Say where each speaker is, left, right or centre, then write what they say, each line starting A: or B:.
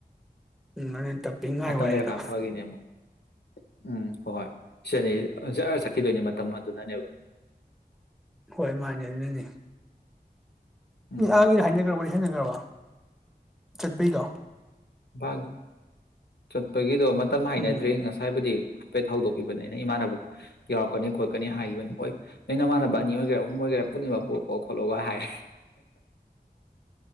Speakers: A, in the centre; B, on the left.
A: ꯎꯝ ꯇꯞꯄꯤ ꯉꯥꯏꯌꯣ
B: ꯃꯇꯪ
A: ꯍꯥꯏꯗꯣ
B: ꯂꯩꯔꯀꯥꯟ ꯐꯈꯤꯅꯦ ꯑꯃꯨꯛ ꯎꯝ ꯍꯣꯏ ꯍꯣꯏ ꯁꯤꯅꯤ ꯆꯠ ꯆꯠꯈꯤꯗꯣꯏꯅꯦ ꯃꯇꯝ ꯑꯗꯨꯅꯅꯦꯕ
A: ꯍꯣꯏ ꯃꯥꯅꯦ ꯑꯗꯨꯅꯅꯦ
B: ꯎꯝ
A: ꯑꯥꯒꯤꯗꯤ ꯍꯥꯏꯅꯈ꯭ꯔ ꯍꯦꯟꯅꯈ꯭ꯔꯕ ꯆꯠꯄꯩꯗꯣ
B: ꯃꯥ ꯆꯠꯄꯒꯤ ꯑꯗꯣ ꯃꯇꯝ ꯍꯥꯏꯅꯗ꯭ꯔꯤ
A: ꯎꯝ
B: ꯉꯁꯥꯏꯕꯨꯗꯤ ꯍꯥꯏꯐꯦꯠ ꯍꯧꯗꯣꯛꯈꯤꯕꯅꯦ ꯑꯩꯅ ꯏꯃꯥꯟꯕꯨ ꯌꯥꯎꯔꯛꯀꯅꯤ ꯈꯣꯠꯀꯅꯤ ꯍꯥꯏꯈꯤꯕꯅꯤ ꯍꯣꯏ ꯑꯩꯅꯃꯥꯟꯅꯕ ꯑꯅꯤ ꯑꯣꯏꯒꯦꯔ ꯑꯍꯨꯝ ꯑꯣꯏꯒꯦꯔ ꯄꯨꯨꯝꯅꯤꯃꯛ ꯑꯣꯠꯂꯣ ꯈꯣꯠꯂꯣꯒ ꯍꯥꯏ